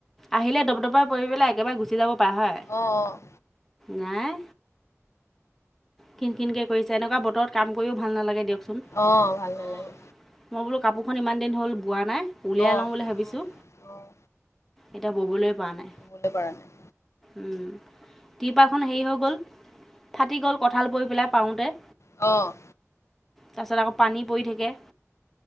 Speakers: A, in the centre; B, on the left (about 60°).
A: আহিলে দবদবাই পৰি পেলাই একেবাৰে গুচি যাব পাৰে হয়।
B: অ', - অ'।
A: নাই। খিনখিনকে কৰিছে এনেকুৱা বতৰত কাম কৰিও ভাল নালাগে দিয়কচোন।
B: অ',
A: মই
B: ভাল নালাগে
A: বোলো কাপোৰখন ইমান দিন হ'ল বোৱা নাই, উলিয়াই
B: অ',
A: লওঁ বুলি ভাবিছোঁ।
B: অ',
A: এতিয়া ব'বলৈ পৰা নাই।
B: ব'বলৈ পৰা নাই।
A: উম, টিপালখন হেৰি হৈ গ'ল, ফাটি গ'ল। কঁঠাল পৰি পেলাই পাৰোঁতে।
B: অঁ।
A: তাৰপিছত আকৌ পানী পৰি থাকে।